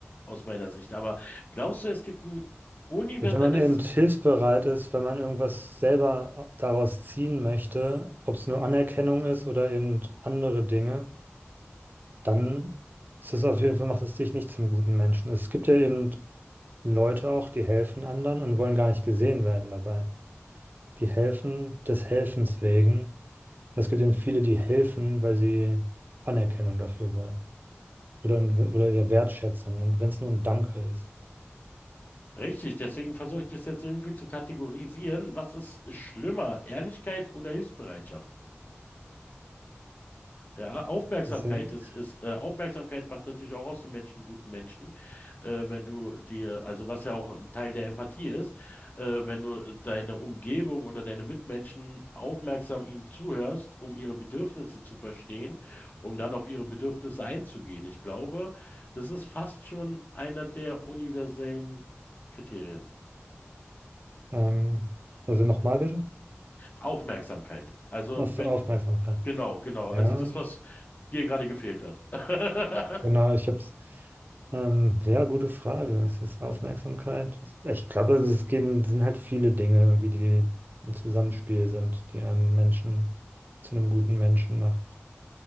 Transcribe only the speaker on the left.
aus meiner Sicht. Aber glaubst du, es gibt ein universelles
Richtig, deswegen versuche ich das jetzt irgendwie zu kategorisieren. Was ist schlimmer, Ehrlichkeit oder Hilfsbereitschaft? Ja, Aufmerksamkeit
ist, ist äh, Aufmerksamkeit macht natürlich auch aus dem Menschen einen guten Menschen, äh, wenn du dir, also was ja auch ein Teil der Empathie ist, äh, wenn du deine Umgebung oder deine Mitmenschen aufmerksam ihnen zuhörst, um ihre Bedürfnisse zu verstehen, um dann auf ihre Bedürfnisse einzugehen. Ich glaube, das ist fast schon einer der universellen Kriterien.
Aufmerksamkeit. Also
wenn,
genau, genau,
also das, was dir gerade gefehlt hat. <laughs>